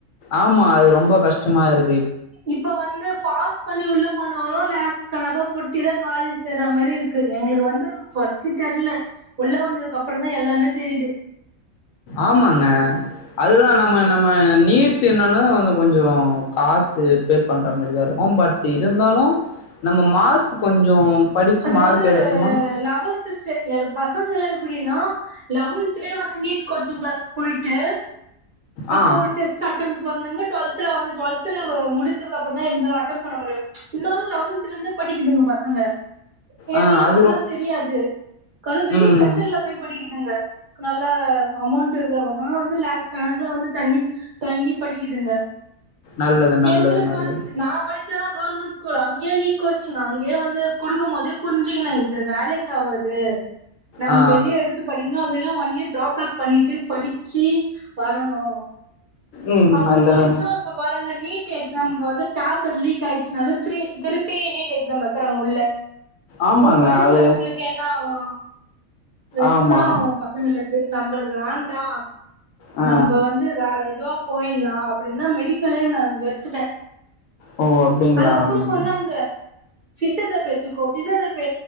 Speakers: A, on the left; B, on the right.
A: ஆமா அது ரொம்ப கஷ்டமா இருக்
B: இப்ப வந்து பாஸ் பண்ணி உள்ள போனாலு லாக்ஸ் கனக்கா கொட்டி தா காலேஜ் சேர்ற மாதிரி இருக்கு எங்களுக்கு வந்து ஃபஸ்ட்டு தெரியல உள்ள வந்ததுக்கு அப்புறந்தா எல்லாமே தெரியுது
A: ஆமாங்க அதுதா நம்ம நம்ம நீட் என்னாலு வந்து கொஞ்ச காசு எப்பேர் பண்ற மாரிதா இருக்கு பட் இருந்தாலு நம்ம மார்க் கொஞ்சோ படிச்சு
B: அதாவது
A: மார்க் எடுத்தோம்னா
B: லவல்த் சே பசங்க எல்லா எப்டின்னா லெவல்த்லயே வந்து நீட் கோச்சிங் கிளாஸ் போயிட்டு
A: ஆ
B: அப்போ ஒரு டெஸ்ட் அட்டம் பண்ணுங்க டுவெல்தல வந்து ட்வெல்துல முடிச்சதுக்கப்றோந்தா <unintelligible> அட்டம் பண்ண முடியு இருந்தாலு லெவன்த்ல இருந்து படிக்குதுங்க பசங்க எங்களுக்கு
A: ஆ அது
B: அதுல்லா
A: ரொ
B: தெரியாது அதத வெளிய
A: ம்
B: சென்டர்ல போய் படிக்க ல்லங்க நல்ல அமௌண்ட் இருக்கற பசங்க வந்து லாஸ்க் கணக்குல வந்து தண்ணி தங்கி படிக்குதுங்க
A: நல்லது நல்லது
B: எங்களுக்கு
A: நல்லது.
B: வந்து நா படி <unintelligible> கவர்மெட்ஸ்கூல் அங்கயே நீட் கோச்சிங் அங்கே வந்து கொடுக்கும் போது <unintelligible> புரிஞ்சுக்கணு இத வேலைக்காவாது நம்ம
A: ஆ
B: வெளிய எடுத்து படிக்கணு அப்படில்லானா ஒன் இயர் ட்ரா பேக் பண்ணி இது படிச்சி வரணு
A: ம்
B: அவ்ளு
A: நல்லதுண்ணா.
B: படிச்சோ இப்ப பாருங்க நீட் எக்ஸாம்க் வந்து டேப் ப்பே லீக் ஆய்ச்சுனால த்ரி திருப்பி நீட் எக்ஸாம் வச்சா க்கங்க உள்ள
A: ஆமாங்க
B: அப்ப படிச்ச
A: அது
B: பசங்களுக்கு என்னாகனு <inaudible> ரக்ஸ்
A: ஆமா.
B: தா ஆகு பசங்க இல்ல நம்மளுக்கு வேண்டா
A: ஆ
B: நம்ம வந்து வேற எதுவா போய் நா அப்டினா மெடிக்கலே நா வெறுத்துட்டே
A: ஓ அப்டிங்களா
B: அதுக்கப்றோ
A: அப்டிங்களா.
B: சொன்னாங்க பிசியோதரபி பிசியோதெரிபி